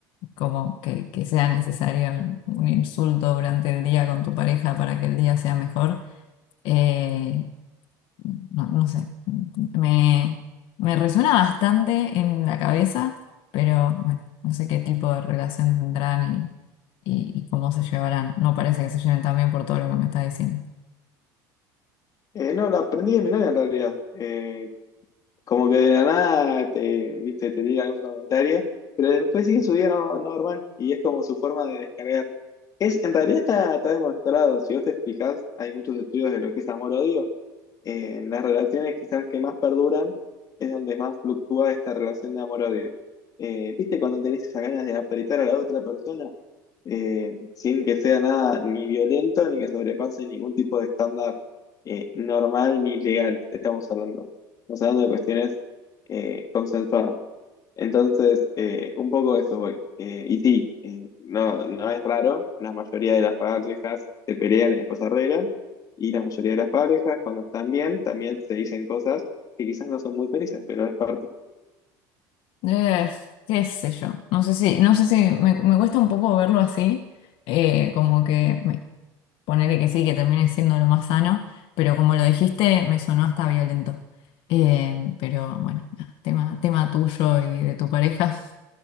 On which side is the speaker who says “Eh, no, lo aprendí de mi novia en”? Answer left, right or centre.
Left